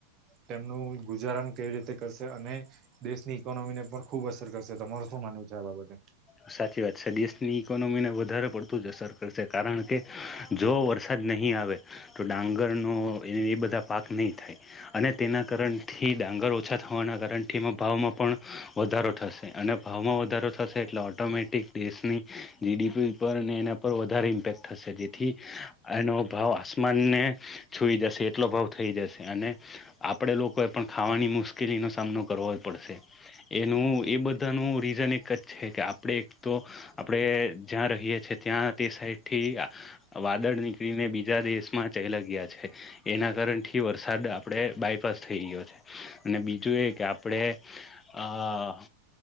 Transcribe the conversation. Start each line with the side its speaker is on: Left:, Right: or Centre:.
Right: તેમનું ગુજારણ કેવી રીતે કરશે અને દેશની ઇકોનોમી ને પણ ખુબ અસર કરશે, તમારું શું માનવું છે આ બાબતે.
Left: સાચી વાત છે દેશની ઈકોનોમીને વધારે પડતું જ અસર કરશે કારણ કે જો વરસાદ નહીં આવે. તો ડાંગર નો એ એ બધ બધા પાક નહી થાય અને તેના કારણથી ડાંગર ઓછા થવાના કારણથી એમાં ભાવમાં પણ વધારો થશે અને ભાવમાં વધારો થશે. એટલે ઓટોમેટિક દેશની જીડીપી પર એના પર વધારે ઇમ્પેક્ટ થશે જેથી એનો ભાવ આસમાનને છોઈ જશે. આટલો ભાવ થઈ જશે અને આપડે લોકોએ પણ ખાવાની મુશ્કેલીનોો સામનો કરવો જ પડશે. એનું એ બધાનું રીઝન એક જ છે કે આપડે એક તો આપડે જ્યાં રહીએ. ત્યાં તે સાઈડ થી વાદળ નીકળીને બીજા દેશમાં ચલા ગયા છે એ ના કારથી વરસાદ આપણે બાયપાસ થઈ ગયો છે અને બીજું એ કે આપણે હા.